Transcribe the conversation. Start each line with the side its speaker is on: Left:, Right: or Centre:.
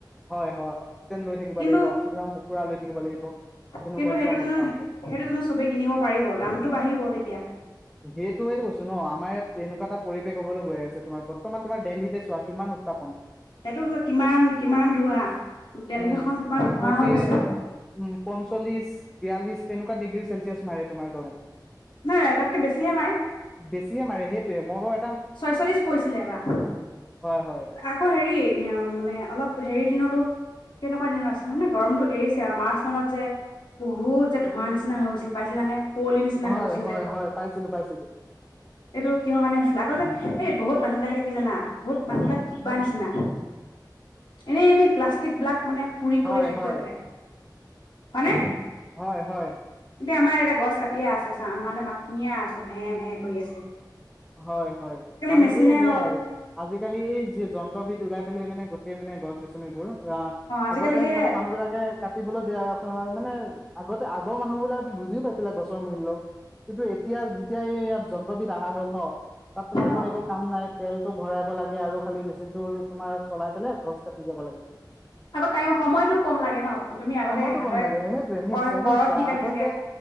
Centre: হয়, হয়। অক্সিজেন লৈ থাকিব
Left: কিন্তু
Centre: লাগিব। অক্সিজেনৰ কুকুৰা লৈ থাকিব লাগিব। তেনেকুৱা
Left: কিন্তু
Centre: নিচিনা
Left: সেইটো
Centre: অৱস্থা
Left: জানো
Centre: হ'ব।
Left: সেইটো জানো চবেই কিনিব পাৰিব দামটো বাঢ়িব তেতিয়া
Centre: সেইটোৱেইতো কৈছোঁ ন'। আমাৰ ইয়াত তেনেকুৱা এটা পৰিৱেশ হ'বলৈ গৈ আছে। তোমাৰ বৰ্তমান, তোমাৰ দেলহিতে চোৱা, কিমান উত্থাপন
Left: সেইটো হয়। কিমান, কিমান ধোঁৱা! দিলহিখন
Centre: উম
Left: তোমাৰ ধোঁৱা
Centre: ফৰ্টি
Left: হৈ গৈছিলে
Centre: উম পঞ্চল্লিশ বিয়াল্লিশ তেনেকুৱা ডিগ্ৰী চেলচিয়াছ মাৰে, তোমাৰ গৰম
Left: নাই, তাতকে বেছিয়েই মাৰে
Centre: বেছিয়েই মাৰে। সেইটোৱেই মই বৰ
Left: ছয়চল্লিশ পৰিছিলে এবাৰ।
Centre: হয় হয়
Left: আকৌ, হেৰি, অ', মানে, অলপ হেৰি দিনতো তেনেকুৱা দিনত আছিলে। মানে, গৰমটো এৰিছে আৰু মাৰ্চ মাহত যে বহুত যে ধোঁৱা নিচিনা হৈ গৈছিল, পাইছিলানে? কুঁৱলী নিচিনা
Centre: হয়,
Left: হৈ গৈছিল
Centre: হয়,
Left: যে
Centre: হয়। পাইছিলোঁ, পাইছিলোঁ।
Left: এইটো কিহৰ কাৰণে হৈছিলে? আকৌ যে, এই বহুত মানুহবিলাক কি জানা? বহুত মানুহবিলাক কিবা নিচিনা এনে, এনে প্লাষ্টিক বিলাক মানে পুৰি
Centre: হয়
Left: কৰি শেষ
Centre: হয়
Left: কৰি পেলাই হয়নে?
Centre: হয়, হয়।
Left: এতিয়া আমাৰ এতিয়া গছ কাটিয়ে আছে চা, মানে মাত শুনিয়ে আছো ভে, ভে কৰি আছ
Centre: হয়, হয় মানুহবোৰে
Left: মেচিনে
Centre: সেয়াই
Left: হ'ল
Centre: আজিকালি এই য-যন্ত্ৰ বিদ ওলাই পেলাই মানে গোটেই মানে গছনিবোৰ অ',
Left: আজিকালি
Centre: আগতে
Left: সেই
Centre: মানে মানুহ বিলাকে কাটিবলৈ দিয়া অ', মানে আগতে আগৰ মানুহবিলাক বুজিও পাইছিলে গছৰ মূল্য কিন্তু এতিয়া যেতিয়া এই যন্ত্ৰবিদ আহা হ'ল তাত
Left: অ
Centre: তোমাৰটো একো কাম নাই তেলটো ভৰাব লাগে আৰু খালি মেচি মেচিনটো তোমাৰ চলাই পেলাই গছ কাটি যাব লাগে,
Left: আকৌ টাইম সময়তটোও কম লাগে ন তুমি আগতে
Centre: সময়টো
Left: হাতেৰে
Centre: কম লাগে সেইটোৱে। নিশ্চয়,
Left: কৰ কৰত
Centre: নিশ্চয়
Left: দি কাটি
Centre: আগতে
Left: থাকে